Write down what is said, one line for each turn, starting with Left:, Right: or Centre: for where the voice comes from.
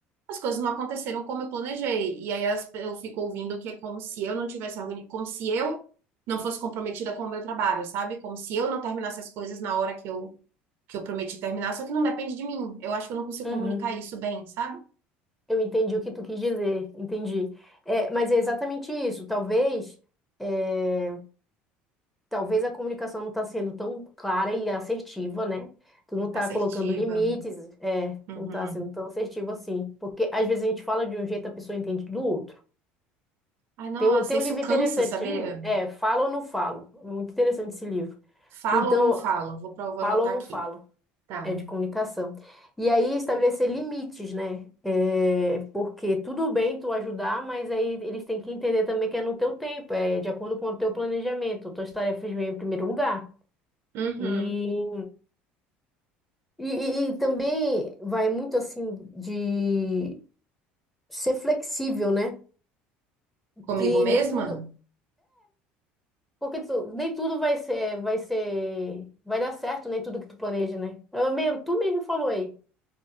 Right: as coisas não aconteceram como eu planejei. E aí as- eu fico ouvindo que é como se eu não tivesse organizado, como se eu não fosse comprometida com o meu trabalho, sabe? Como se eu não terminasse as coisas na hora que eu, que eu prometi terminar, só que não depende de mim. Eu acho que eu não consigo
Centre: Uhum.
Right: comunicar isso bem, sabe?
Centre: Eu entendi o que tu quis dizer, entendi. É, mas é exatamente isso. Talvez, é, talvez a comunicação não está sendo tão clara e assertiva, né? Tu não está
Right: Assertiva.
Centre: colocando limites, é,
Right: Uhum.
Centre: não está sendo tão assertivo assim. Porque às vezes a gente fala de um jeito, a pessoa entende do outro.
Right: Ai, nossa,
Centre: Tem um, tem
Right: isso
Centre: um livro interessante,
Right: cansa, sabia?
Centre: é Falo ou Não Falo, muito interessante esse livro.
Right: Falo
Centre: Então,
Right: ou não falo? Vou, pra- vou
Centre: Falo
Right: anotar
Centre: ou Não
Right: aqui.
Centre: Falo,
Right: Tá.
Centre: é de comunicação. E aí estabelecer limites, né? É, porque tudo bem tu ajudar, mas aí eles têm que entender também que é no teu tempo, é de acordo com o teu planejamento, tuas tarefas vêm em primeiro lugar.
Right: Uhum.
Centre: E, e, e e também vai muito assim de ser flexível, né?
Right: Comigo
Centre: Que
Right: mesma?
Centre: nem tudo. Porque tu- nem tudo vai ser, vai ser, vai dar certo, nem tudo que tu planeja, né? Eu mesmo, tu mesmo falou aí,